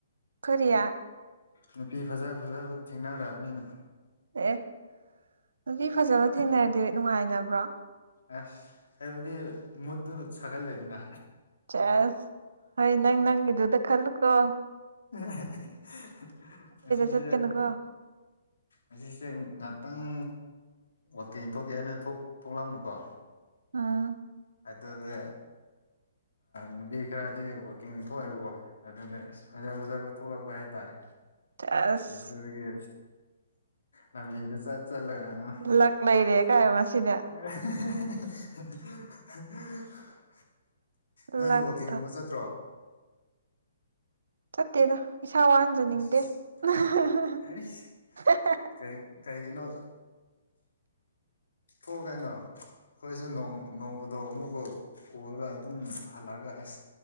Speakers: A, on the right; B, on the left.
A: ꯀꯔꯤꯌꯥ
B: ꯅꯨꯄꯤ ꯐꯖ ꯐꯖꯕ ꯊꯦꯡꯅꯔꯛꯑꯕꯅꯤꯅ
A: ꯑꯦ ꯑꯦ ꯅꯨꯄꯤ ꯐꯖꯕ ꯊꯦꯡꯅꯔꯗꯤ ꯅꯨꯡꯉꯥꯏꯅꯕ꯭ꯔꯣ
B: ꯑꯁ ꯑꯩꯕꯨꯗꯤ ꯃꯨꯠꯇꯨ ꯁꯥꯒꯠꯂꯦꯗꯅ
A: ꯆꯁ ꯍꯣꯏ ꯅꯪ ꯅꯪꯒꯤꯗꯨꯗ ꯈꯜꯂꯨ ꯀꯣ
B: <unintelligible> ꯉꯁꯤꯁ‌ꯦ
A: ꯆꯠꯀꯅꯨꯀꯣ
B: ꯑꯁꯤꯁꯦ ꯉꯥꯛꯇꯪ ꯋꯥꯛꯀꯤꯡ ꯊꯣꯛꯀꯦ ꯍꯥꯏꯅ ꯊꯣꯛꯂꯝꯃꯨꯀꯣ
A: ꯑꯥ
B: ꯑꯗꯨꯗꯤ ꯅꯨꯄꯤ ꯈꯔꯗꯤ ꯋꯥꯀꯤꯡ ꯊꯣꯛꯑꯦꯕꯀꯣ ꯑꯗꯨꯗꯤ ꯐꯖ ꯐꯖꯕ ꯊꯣꯛꯂꯛꯄ ꯍꯥꯏꯇꯥꯔꯦ
A: ꯑꯁ
B: ꯑꯗꯨꯒꯤ ꯂꯝꯕꯤꯗ ꯆꯠ ꯆꯠ ꯂꯩꯔꯒ <inaudible>
A: ꯂꯛ ꯂꯩꯔꯦ ꯀꯥꯏ ꯉꯁꯤꯗꯤ <inaudible>
B: ꯅꯣꯏꯗꯤ
A: ꯂꯛꯇꯣ
B: ꯋꯥꯛꯀꯤꯡꯒꯨꯝꯕ ꯆꯠꯇ꯭ꯔꯣ
A: ꯆꯠꯇꯦꯗ ꯏꯁꯥ ꯋꯥꯍꯟꯖꯅꯤꯡꯗꯦ
B: ꯑꯁ
A: <unintelligible>
B: ꯑꯩꯁ ꯀꯩ ꯀꯩꯒꯤꯅꯣ ꯊꯣꯛꯎ ꯀꯩꯅꯣ ꯑꯩꯈꯣꯏꯁꯨ ꯅꯣꯡ ꯅ‌‌ꯣꯡꯐꯗꯣꯛ ꯑꯃꯨꯛꯀ‌ꯣꯛ ꯎꯔꯒ ꯑꯗꯨꯝ ꯍꯜꯂꯛꯑꯒ ꯑꯁ